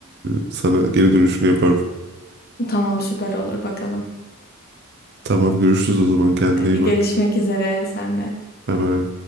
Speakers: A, on the right; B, on the left.
A: e, sana geri dönüşünü yaparım.
B: Tamam süper olur bakalım.
A: Tamam görüşürüz o zaman. Kendine
B: Hadi
A: iyi bak.
B: görüşmek üzere sen de.
A: Bye bye.